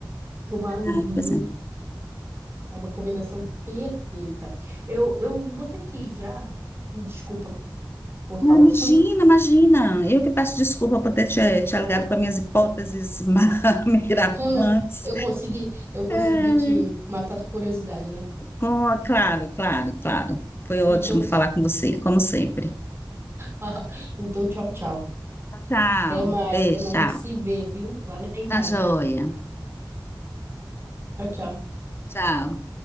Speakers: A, on the right; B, on the left.
A: tomar um
B: Ai,
A: vinho.
B: pois é.
A: É uma combinação perfeita. Eu, eu vou ter que ir já. Me desculpa cortar
B: Ah,
A: o
B: Imagina,
A: assunto,
B: imagina. Eu que peço desculpa por ter te, te alugado com as minhas hipóteses <laughs> mirabolantes.
A: <laughs> né? Eu consegui, eu consegui
B: Ai,
A: te matar a tua curiosidade, né?
B: com- Claro, claro, claro. Foi
A: Então,
B: ótimo
A: t-
B: falar com você, como sempre.
A: <laughs> então tchau, tchau.
B: Tchau,
A: Até mais,
B: beijo,
A: até mais
B: tchau.
A: a gente se vê, viu? Lá na Itália.
B: Tá joia.
A: Tchau, tchau.
B: Tchau.